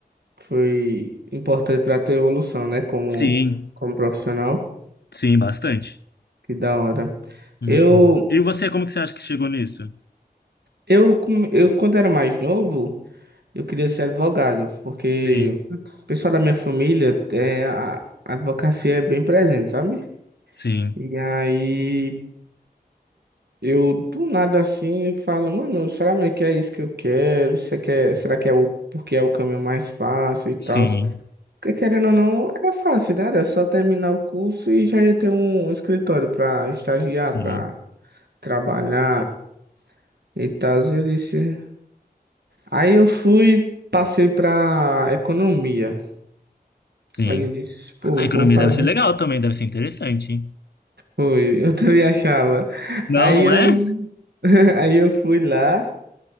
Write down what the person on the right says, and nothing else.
foi importante para a tua evolução, né? Como,
como profissional.
Que da hora.
Eu,
eu, com- eu, quando era mais novo, eu queria ser advogado, porque
o pessoal da minha família, é, a a advocacia é bem presente, sabe?
E aí, eu do nada assim falo, mano, será mesmo que é isso que eu quero? Será que é, será que é o, porque é o caminho mais fácil e tal?
Porque, querendo ou não, era fácil, né? Era só terminar o curso e já ia ter um escritório pra estagiar,
pra trabalhar e tal. Eu disse. Aí eu fui, passei pra economia.
Aí eu disse, pô,
vou fazer.
Foi, <laughs> eu também achava.
Aí
eu,
<laughs> aí eu fui lá